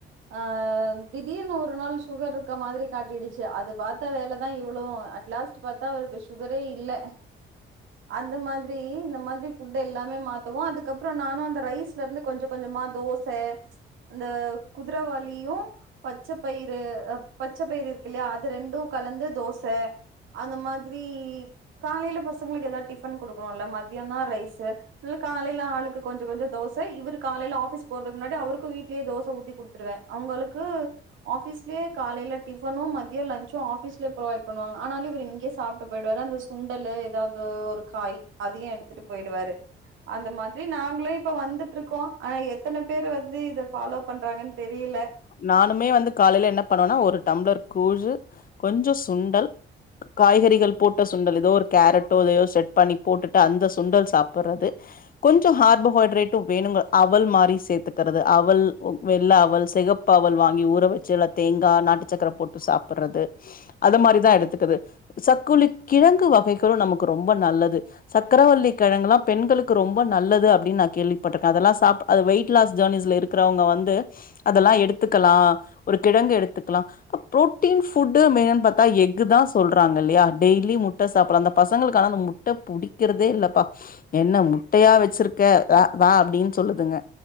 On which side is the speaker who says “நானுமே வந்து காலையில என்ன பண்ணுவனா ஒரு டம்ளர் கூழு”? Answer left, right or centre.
Left